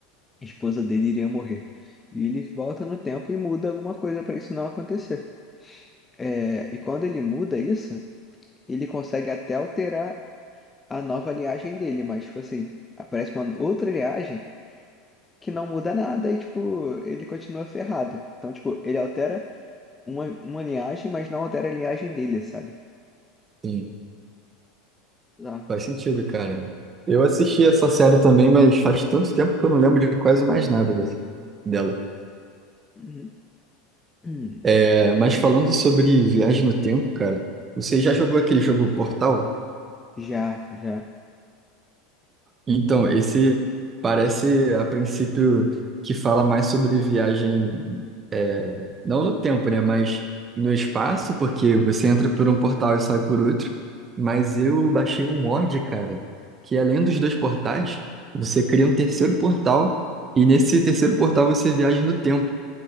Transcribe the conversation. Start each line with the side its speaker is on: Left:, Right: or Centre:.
Left: a esposa dele iria morrer. E ele volta no tempo e muda alguma coisa para isso não acontecer. É, e quando ele muda isso, ele consegue até alterar a nova linhagem dele, mas, tipo assim, aparece uma outra linhagem que não muda nada e, tipo, ele continua ferrado. Então, tipo, ele altera uma, uma linhagem, mas não altera a linhagem dele, sabe?
Right: Sim,
Left: Já.
Right: faz sentido, cara. Eu assisti essa série também, mas faz tanto tempo que eu não lembro de quase mais nada des- dela.
Left: Uhum. <clears throat>
Right: É,
Left: Hum.
Right: mas falando sobre viagem no tempo, cara, você já jogou aquele jogo Portal?
Left: Já, já.
Right: Então, esse parece, a princípio, que fala mais sobre viagem, é, não no tempo, né? Mas no espaço, porque você entra por um portal e sai por outro. Mas eu baixei um mod, cara, que além dos dois portais, você cria um terceiro portal, e nesse terceiro portal você viaja no tempo.